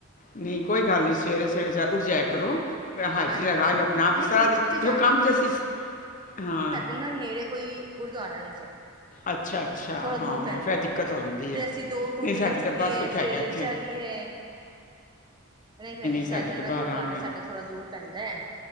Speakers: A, on the left (about 40°); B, on the right (about 20°).
A: ਨਹੀਂ ਕੋਈ ਗੱਲ ਨਹੀਂ ਸਵੇਰੇ-ਸਵੇਰੇ ਉਠ ਜਾਇਆ ਕਰੋ ਥੋੜਾ ਹਾਜਰੀ
B: ਹਾਂਜੀ
A: ਲਗਾ ਨਾ ਫਿਰ
B: ਨਹੀਂ
A: ਸਾਹ
B: ਉੱਠ
A: ਦੀ
B: ਤੇ
A: ਦੇਖੋ ਕਮ ਤੇ ਅਸੀ ਹਾੰ
B: ਉਹ ਨਾਂ ਨੇੜੇ ਕੋਈ ਗੁਰਦੁਆਰਾ ਨੀ ਜੇ
A: ਅੱਛਾ ਅੱਛਾ
B: ਥੋੜਾ
A: ਹਾਂ
B: ਦੂਰ ਪੈਂਦਾ
A: ਫਿਰ ਦਿੱਕਤ
B: ਏ
A: ਹੁੰਦੀ
B: ਤੇ
A: ਹੈ
B: ਅਸੀਂ ਦੋ ਟੂ
A: ਨਹੀਂ
B: ਵੀਲਰ
A: ਸਾਡੇ
B: ਚੁੱਕੀਏ
A: ਤਾਂ ਬੜਾ ਸੁੱਖ
B: ਫਿਰ
A: ਹੈਗਾ ਇੱਥੇ
B: ਜਾਈਏ ਨਹੀਂ ਪੈਣ ਜੀ ਸਾਡਾ
A: ਸਾਡੇ ਤਾਂ
B: ਨਾ
A: ਬੜਾ
B: ਗੁਰਦੁਆਰਾ
A: ਆਰਾਮ ਹੈ
B: ਸਾਡਾ ਥੋੜ੍ਹਾ ਦੂਰ ਪੈਂਦਾ ਐ